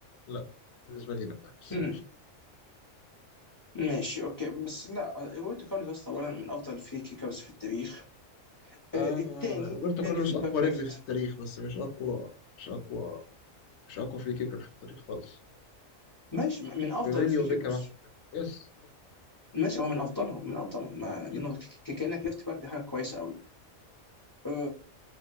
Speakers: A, on the left; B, on the left.
A: لا بالنسبة لي لا بس
B: امم
A: ماشي
B: ماشي اوكي بس لا روبرتو كارلوس اصلا اولا من افضل الفري كيكرز في التاريخ الثاني
A: آه روبرتو
B: الثاني
A: كارلوس
B: في الباك
A: أقوى
B: ليفت
A: رجل في التاريخ بس مش أقوى مش أقوى مش أقوى فري كيكر في التاريخ خالص
B: ماشي من افضل
A: جونينيو
B: الفري
A: وبيكهام
B: كيكرز
A: أحسن منه. يس
B: ماشي هو من افضلهم من افضلهم ما
A: أكيد.
B: من ك- كانك ليفت باك دي حاجه كويسه قوي أه،